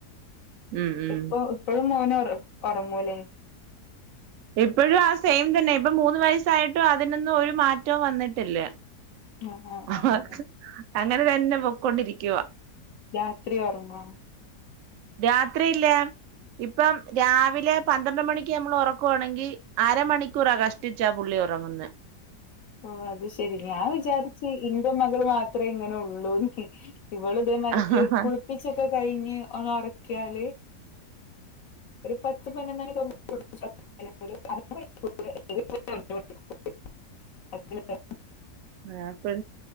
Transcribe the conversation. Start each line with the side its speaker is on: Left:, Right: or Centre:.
Right: ഉം ഉം
Left: ഇപ്പ ഇപ്പോഴും മോന് ഒറങ്ങൂല്ലേ?
Right: ഇപ്പഴും ആ സെയിം തന്നെ. ഇപ്പം മൂന്ന് വയസ്സായിട്ടും അതിനൊന്നും ഒരു മാറ്റവും വന്നിട്ടില്ല.
Left: ആഹ് ആഹ്
Right: ആ
Left: ആഹ്
Right: അങ്ങനെ തന്നെ പൊക്കൊണ്ടിരിക്ക്യെ.
Left: രാത്രി ഒറങ്ങോ?
Right: രാത്രിയില്ല. ഇപ്പം രാവിലെ പന്ത്രണ്ട് മണിക്ക് നമ്മള് ഒറക്ക്വാണെങ്കി അരമണിക്കൂറാ കഷ ട്ടിച്ചാ പുള്ളി ഒറങ്ങുന്നെ.
Left: ഓ അത് ശെരി ഞാൻ വിചാരിച്ച് ഇന്റെ മകള് മാത്രേ ഇങ്ങനെ ഒള്ളൂന്ന്. ഇവള് ഇതേമാതിരിക്ക്
Right: ആഹ്
Left: കുളിപ്പിച്ചൊക്കെ കഴിഞ്ഞ് ഒന്ന് ഒറക്ക്യാല്. ഒരു പത്ത് പയ്നൊന്നണിത്തോ <unintelligible> <unintelligible> <unintelligible>
Right: ആഹ് പ്പ